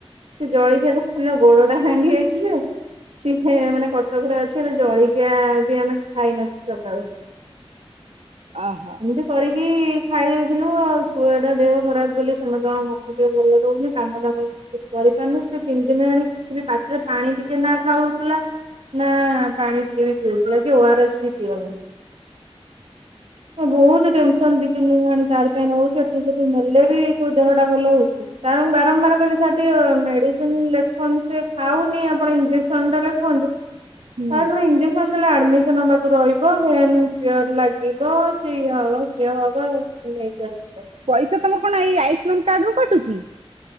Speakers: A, on the right; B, on the right.
A: ସେ ଜଳଖିଆ ଦୋକାନିର ଗୋଡ ଟା ଭାଙ୍ଗି ଯାଇଛି ଯେ ସିଏ ମାନେ କଟକରେ ଅଛି ଏ ଜଳିଖିଆ ବି ଆମେ ଖାଇନଥିଲୁ ସକାଳୁ।
B: ଅହ।
A: ଏମିତି କରିକି ଖାଇ ଦେଇଥିଲୁ ଆଉ ଛୁଆ ଟା ଦେହ ଖରାପ ବୋଲି ସମସ୍ତଙ୍କ ମନ ଟିକେ ଭଲ ରହୁନି କାମଦାମ କିଛି କରିପାରୁନି ସେ ତିନି ଦିନ ହେଲାଣି କିଛି ବି ପାଟିରେ ପାଣି ଟିକେ ନା ଖାଉଥିଲା ନା ପାଣି ଟିକେ ବି ପିଉଥିଲା କି ଓ ଆରଏସ୍ ବି ପିଉନି। ବହୁତ ଟେନସନ ଦି ତିନି ଖଣି ତାରି ପାଇଁ ନଉଚି, ଏତିକି ସେତିକି ନେଲେ ବି କୋଉ ଦେହଟା ଭଲ ହଉଛି। ତା ବା ବାରମ୍ବାର କହିଲି ସାର୍ ଟିକେ ମେଡିସିନ ଲେଖନ୍ତୁ ସେ ଖାଉନି ଆପଣ ଇଞ୍ଜେକ୍ସନ ଟା ଲେଖନ୍ତୁ।
B: ହୁଁ
A: ସାର୍ ନା ଇଞ୍ଜେକ୍ସ ସନ୍ ଦେଲା ବେଳକୁ ମିସନ୍ ତାକୁ ରହିବ, ଭେନ୍ କ୍ଲିଅର ଲାଗିବ, ସେ ଇଏ ହବ କିଏ ହବ। ନେଇକି ଆସ
B: ପଇସା ତମର କଣ ଏଇ ଆୟୁଷ୍ମାନ କାର୍ଡ ରୁ କଟୁଛି?